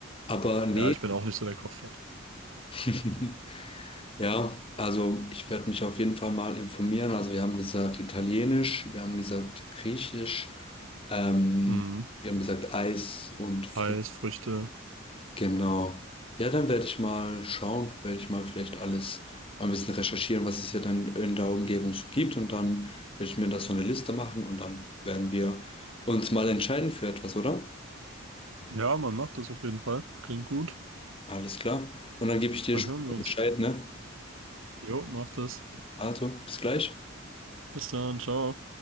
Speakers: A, on the left; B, on the right.
A: Aber nee.
B: Ja, ich bin auch nicht so der Kochfan.
A: <laughs> Ja, also ich werde mich auf jeden Fall mal informieren. Also wir haben gesagt Italienisch, wir haben gesagt Griechisch, ähm,
B: Mhm.
A: wir haben gesagt Eis und Früchte.
B: Reis, Früchte.
A: Genau. Ja, dann werde ich mal schauen, werde ich mal vielleicht alles mal ein bisschen recherchieren, was es hier dann in der Umgebung so gibt. Und dann werde ich mir da so eine Liste machen und dann werden wir uns mal entscheiden für etwas, oder?
B: Ja, man macht das auf jeden Fall. Klingt gut.
A: Alles klar. Und dann gebe ich dir
B: Dann
A: später
B: hören wir
A: Bescheid,
B: uns.
A: ne?
B: Jo, macht es.
A: Also, bis gleich.
B: Bis dann, ciao.